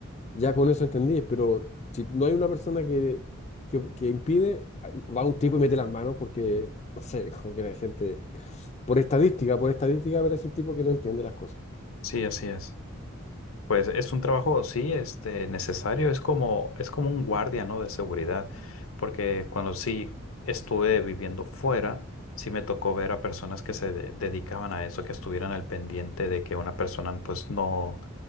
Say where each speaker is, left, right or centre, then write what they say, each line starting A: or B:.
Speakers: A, on the left (about 30°); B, on the left (about 80°).
A: Ya con eso entendí, pero si no hay una persona que, que, que impide, va un tipo y mete las manos porque, no sé, <laughs> como que la gente, por estadística, por estadística, pero es un tipo que no entiende las cosas.
B: Sí, así es. Pues es un trabajo, sí, este, necesario, es como, es como un guardia, ¿no? De seguridad, porque cuando sí estuve viviendo fuera, sí me tocó ver a personas que se de- dedicaban a eso, que estuvieran al pendiente de que una persona pues no,